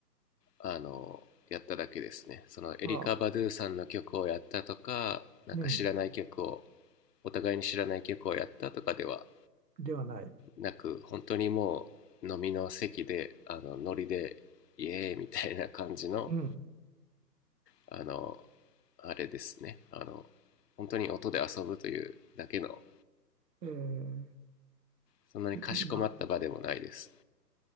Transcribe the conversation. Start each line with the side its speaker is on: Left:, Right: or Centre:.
Left: あの、やっただけですね。その、エリカ・
Right: あ、
Left: バドゥさんの曲をやったとか、なんか知らない曲を、
Right: うん、
Left: お互いに知らない曲をやったとかでは
Right: ではない。
Left: なく、本当にもう、飲みの席で、あの、ノリで、イエーイみたいな感じの、
Right: うん。
Left: あの、あれですね。あの、本当に音で遊ぶというだけの、
Right: えー
Left: そんなにかしこまった場でもないです。
Right: な、